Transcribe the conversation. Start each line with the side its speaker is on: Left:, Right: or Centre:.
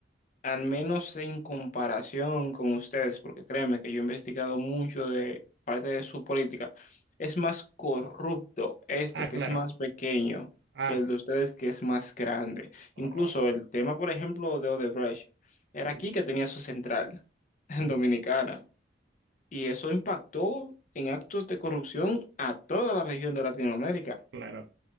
Left: al menos en comparación con ustedes, porque créeme que yo he investigado mucho de parte de su política, es más corrupto este,
Right: Ah,
Left: que
Right: claro.
Left: es más pequeño,
Right: Ah,
Left: que el de ustedes, que es más grande. Incluso
Right: oh,
Left: el tema, por ejemplo, de Odebrecht, era
Right: mm,
Left: aquí que tenía su central, <laughs> en
Right: mm,
Left: Dominicana, y eso impactó en actos de corrupción a toda la región de Latinoamérica.
Right: claro,